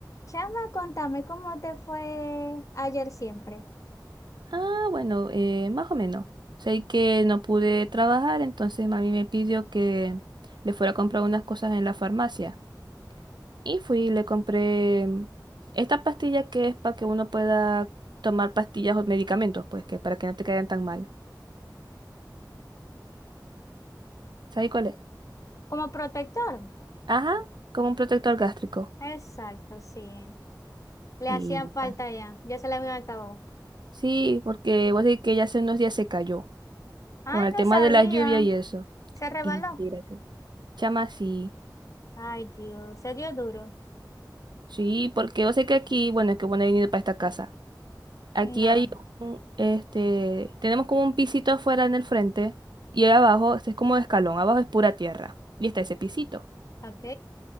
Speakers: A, on the left; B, on the right.
A: Chama, contame cómo te fue ayer siempre.
B: Ah, bueno, eh, más o menos. Sé que no pude trabajar, entonces mami me pidió que le fuera a comprar unas cosas en la farmacia. Y fui y le compré mm, esta pastilla que es para que uno pueda tomar pastillas o medicamentos, pues que para que no te caigan tan mal. ¿Sabes cuál es?
A: Como protector.
B: Ajá, como un protector gástrico.
A: Exacto, sí. Le
B: Y
A: hacían falta
B: tal.
A: ya. Ya se le había acabado.
B: Sí, porque vos decís que ya hace unos días se cayó
A: Ay,
B: con el
A: no
B: tema
A: sabía.
B: de la lluvia y eso.
A: Se rebaló.
B: Y mírate. Chama, sí.
A: Ay, Dios. Se dio duro.
B: Sí, porque yo sé que aquí, bueno, es que bueno, he venido para esta casa. Aquí
A: No.
B: hay un, este, tenemos como un pisito afuera en el frente y ahí abajo, este es como de escalón, abajo es pura tierra y está ese pisito.
A: Ok.